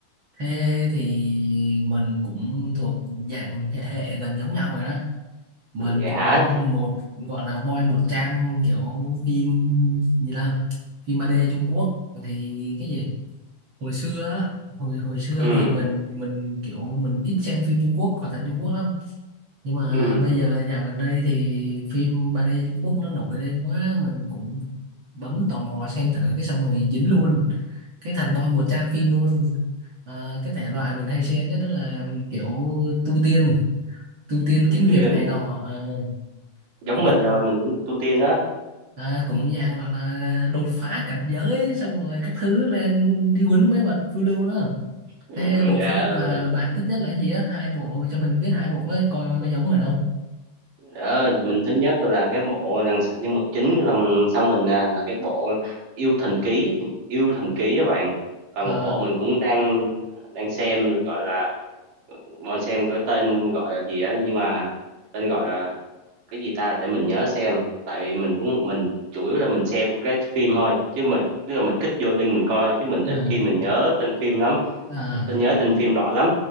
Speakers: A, on the right; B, on the right.
A: thế thì mình cũng thuộc dạng hệ hệ gần giống nhau rồi đó. mình
B: vậy
A: cũng
B: hả?
A: một gọi là boy 100 kiểu phim gì là phim ba d Trung Quốc thì cái gì hồi xưa á hồi hồi xưa
B: Ừm,
A: thì mình mình kiểu mình ít xem phim Trung Quốc hoạt hình Trung Quốc lắm nhưng mà
B: ừm,
A: bây giờ dạo gần đây thì phim ba d Trung Quốc nó nổi lên quá mình cũng bấm tò mò xem thử cái xong rồi dính luôn cái thành boy 100 phim luôn Ờ, cái thể loại mình hay xem nhất đó là kiểu tu tiên tu tiên
B: tu
A: kiếm hiệp
B: tiên,
A: này nọ Ờ,
B: giống
A: cũng
B: mình rồi, mình cũng tu tiên đó,
A: à, cũng dạng gọi là đột phá cảnh giới xong rồi các thứ lên đi quýnh mấy vật phiêu lưu đó
B: ừm,
A: thế bộ
B: yeah.
A: phim mà bạn thích nhất là cái gì á hai bộ cho mình biết hai bộ đấy coi có giống mình không
B: Ờ, mình thứ nhất là cái bộ đằng s nhân vật chính đằng sau mình nè, là cái bộ "Yêu Thần Ký", "Yêu Thần Ký" các bạn. Và
A: ờ
B: một bộ mình cũng đang đang xem, gọi là, đang xem cái tên gọi là gì á, nhưng mà tên gọi là cái gì ta, để mình nhớ xem. Tại vì mình cũng mình chủ yếu là mình xem cái phim thôi, chứ mình tức là mình kích vô link mình coi thôi, chứ mình
A: ờ,
B: ít khi mình nhớ tên phim lắm,
A: ờ,
B: tên nhớ tên phim rõ lắm.